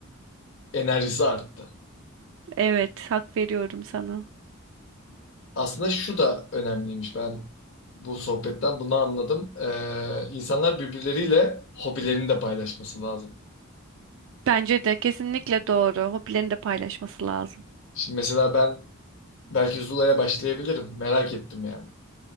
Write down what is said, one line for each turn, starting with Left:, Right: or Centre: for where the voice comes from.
Left: e, enerjisi arttı.
Right: Evet, hak veriyorum sana.
Left: Aslında şu da önemliymiş. Ben bu sohbetten bunu anladım. E, insanlar birbirleriyle hobilerini de paylaşması lazım.
Right: Bence de kesinlikle doğru. Hobilerini de paylaşması lazım.
Left: Şimdi mesela ben belki Zula'ya başlayabilirim. Merak ettim yani.